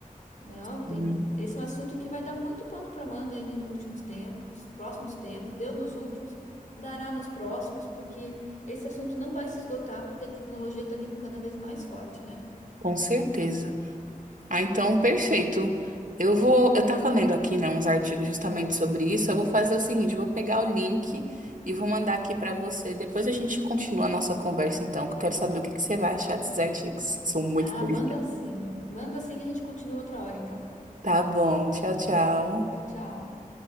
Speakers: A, on the left (about 60°); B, on the right (about 65°).
A: Não, tem.
B: Hum.
A: Esse é um assunto que vai dar muito pano para manga ainda nos últimos tempos, próximos tempos, deu nos últimos, dará nos próximos, porque esse assunto não vai se esgotar, porque a tecnologia está vindo cada vez mais forte, né?
B: Com certeza. Ah, então, perfeito. Eu vou, eu tava lendo aqui, né, uns artigos justamente sobre isso. Eu vou fazer o seguinte, eu vou pegar o link e vou mandar aqui pra você. Depois a gente continua a nossa conversa, então, que eu quero saber o que que você vai achar desses artigos. São muito
A: Ah,
B: interessantes.
A: manda sim. Manda sim e a gente continua outra hora, então.
B: Tá bom, tchau, tchau.
A: Tchau, tchau.